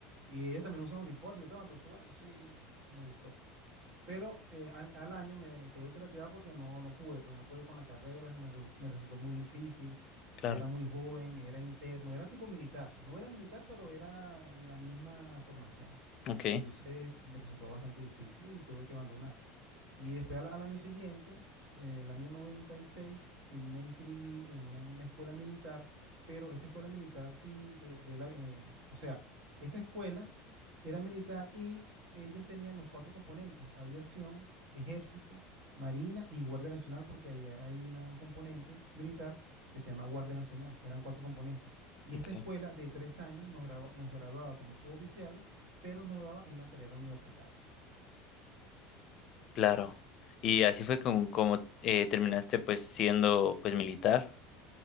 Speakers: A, on the right; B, on the left.
A: Y ellos también usan uniforme y todo, entonces bueno, sí, me gustó. Pero eh, al, al año me tuve que retirar porque no, no pude, pues no pude con la carrera, me, res- me resultó muy difícil.
B: claro,
A: Yo era muy joven, era interno, era tipo militar. No era militar, pero era la misma formación.
B: ok,
A: Y entonces me resultó bastante difícil y tuve que abandonar. Y después al, al año siguiente, en el año 96 sí me inscribí en una, una escuela militar, pero esta escuela militar sí, eh, de la, eh, o sea, esta escuela era militar y ellos tenían los cuatro componentes, aviación, ejército, marina y guardia nacional, porque ahí hay hay una- un componente militar que se llama Guardia Nacional, eran cuatro componentes. Y
B: ok,
A: esta escuela de tres años nos, gradua- nos graduaba como suboficiales, pero nos daba una carrera universitaria.
B: claro. Y así fue como, como eh, terminaste pues siendo pues militar.